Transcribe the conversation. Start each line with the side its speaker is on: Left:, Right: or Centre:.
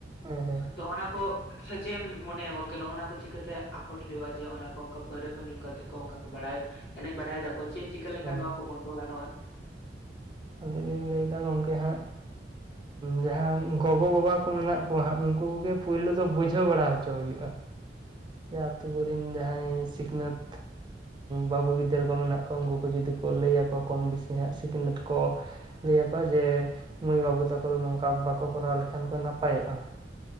Right: ᱦᱮᱸ ᱦᱮᱸ
Left: <inaudible> ᱛᱚ ᱚᱱᱟ ᱠᱚ ᱥᱮ ᱪᱮᱫ ᱮᱢ ᱢᱚᱱᱮᱭᱟ ᱜᱚᱢᱠᱮ ᱱᱚᱜ-ᱱᱚᱣᱟ ᱠᱚ ᱪᱤᱠᱟᱹ ᱛᱮ ᱟᱠᱚᱴ ᱦᱩᱭᱩᱜ-ᱟ ᱡᱮ ᱚᱱᱟ ᱠᱚ ᱚᱱᱠᱟ ᱯᱟᱹᱣᱨᱟᱹ ᱠᱚ ᱧᱩ ᱠᱟᱛᱮᱫ ᱠᱚ ᱚᱱᱠᱟ ᱠᱚ ᱵᱟᱲᱟᱭ ᱮᱱᱮᱡ ᱵᱟᱲᱟᱭ ᱮᱫᱟ ᱠᱚ ᱪᱮᱫ ᱪᱤᱠᱟᱹ ᱞᱮᱠᱷᱟᱱ
Right: ᱦᱮᱸ
Left: ᱱᱚᱣᱟ ᱠᱚ ᱵᱚᱱ ᱫᱚ ᱜᱟᱱᱚᱜ-ᱟ᱾
Right: ᱟᱫᱚ ᱞᱤᱧ ᱞᱟᱹᱭ ᱮᱫᱟ ᱜᱚᱢᱠᱮ ᱦᱟᱸᱜ ᱡᱟᱦᱟᱸ ᱜᱳᱜᱳ-ᱵᱟᱵᱟ ᱠᱚ ᱢᱮᱱᱟᱜ ᱠᱚᱣᱟ ᱦᱟᱸᱜ ᱩᱱᱠᱩ ᱜᱮ ᱯᱩᱭᱞᱩ ᱫᱚ ᱵᱩᱡᱷᱟᱹᱣ ᱵᱟᱲᱟ ᱦᱚᱪᱚ ᱦᱚᱪᱚ ᱦᱩᱭᱩᱜ-ᱟ, ᱡᱮ ᱟᱛᱳ ᱠᱚᱨᱤᱱ ᱡᱟᱦᱟᱸᱭ ᱥᱤᱠᱷᱱᱟᱹᱛ ᱵᱟᱹᱵᱩ ᱜᱤᱫᱽᱨᱟᱹ ᱠᱚ ᱢᱮᱱᱟᱜ ᱠᱚᱣᱟ ᱩᱱᱠᱩ ᱠᱚ ᱡᱩᱫᱤ ᱠᱚ ᱞᱟᱹᱭ ᱟᱠᱚᱣᱟ ᱠᱚᱢ ᱵᱮᱥᱤ ᱦᱟᱸᱜ ᱥᱤᱠᱷᱱᱟᱹᱛ ᱠᱚ ᱞᱟᱹᱭ ᱟᱠᱚᱣᱟ ᱡᱮ ᱢᱟᱹᱭ ᱵᱟᱹᱵᱩ ᱛᱟᱠᱚ ᱫᱚ ᱱᱚᱝᱠᱟ ᱵᱟᱠᱚ ᱠᱚᱨᱟᱣ ᱞᱮᱠᱷᱟᱱ ᱠᱚ ᱱᱟᱯᱟᱭᱚᱜ-ᱟ᱾